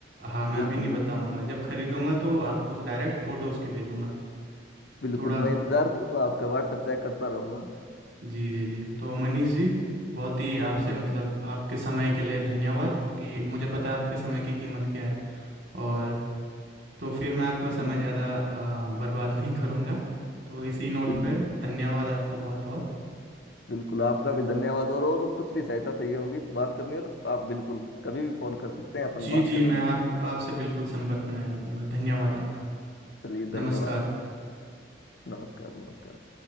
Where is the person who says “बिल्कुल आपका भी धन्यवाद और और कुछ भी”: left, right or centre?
Left